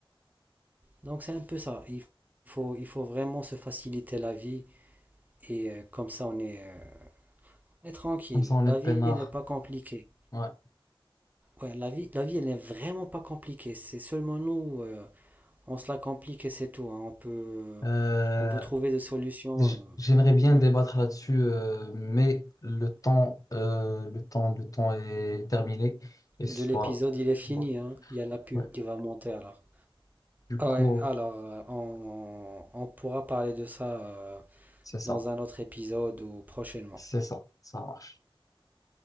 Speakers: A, on the right (about 15°); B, on the left (about 40°).
A: Donc c'est un peu ça. Il faut, il faut vraiment se faciliter la vie et euh, comme ça on est, euh, on est tranquille.
B: Comme ça, on
A: La
B: est peinard.
A: vie elle n'est pas compliquée.
B: Ouais.
A: Ouais, la vie, la vie elle n'est vraiment pas compliquée. C'est seulement nous. euh, on se la complique et c'est tout. hein. On peut,
B: Euh,
A: on peut trouver des solutions.
B: Déj- J'aimerais bien
A: euh, ouais.
B: débattre là-dessus, euh, mais le temps, euh, le temps, le temps est terminé. Et ce-
A: De l'épisode,
B: voilà.
A: il est fini.
B: Ouais,
A: hein. Il y a la pub
B: ouais.
A: qui va monter alors.
B: Du
A: Ah
B: coup,
A: Ouais, alors euh, on, on pourra parler de ça euh,
B: c'est ça.
A: dans un autre épisode ou prochainement.
B: C'est ça. Ça marche.